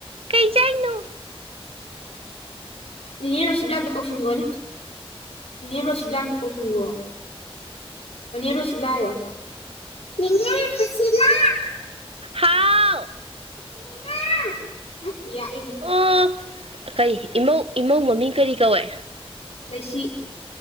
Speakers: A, on the right; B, on the left.
A: ꯀꯩ ꯆꯥꯏꯅꯣ꯫
B: ꯅꯦꯅꯦ ꯔꯣꯁꯤꯕꯤꯂ ꯑꯝꯇ ꯀꯧꯁꯤꯟꯒꯣꯅꯦ ꯅꯦꯅꯦ ꯔꯣꯁꯤꯕꯤꯂꯑꯝꯇ ꯀꯧꯁꯤꯟꯒꯣ ꯅꯦꯔꯣꯁꯤꯕꯤꯂ ꯍꯥꯏꯌꯣ ꯅꯦꯅꯦ ꯔꯣꯁꯤꯂꯥ꯫
A: ꯍꯥꯎ
B: ꯀꯩꯗꯩꯅꫭ ꯑꯝꯄ ꯌꯥꯛꯑꯦꯍꯦ
A: ꯑꯣ ꯀꯩ ꯏ ꯏꯃꯧꯏꯃꯧ ꯃꯃꯤꯡ ꯀꯔꯤ ꯀꯧꯋꯤ꯫
B: ꯂꯩꯁꯤ꯫